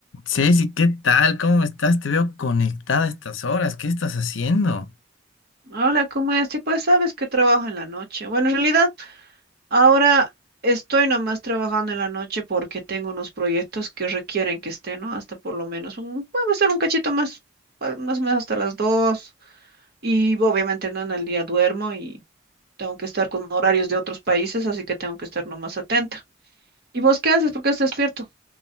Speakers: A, on the left (about 85°); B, on the right (about 55°).
A: Ceci, ¿qué tal? ¿Cómo estás? Te veo conectada a estas horas. ¿Qué estás haciendo?
B: Hola, ¿cómo es? Sí, pues sabes que trabajo en la noche. Bueno, en realidad ahora estoy nomás trabajando en la noche porque tengo unos proyectos que requieren que esté, ¿no? Hasta por lo menos un, bueno, va a ser un cachito más, pa- más o menos hasta las dos. Y obviamente no en el día duermo y tengo que estar con horarios de otros países, así que tengo que estar nomás atenta. ¿Y vos qué haces? ¿Por qué estás despierto?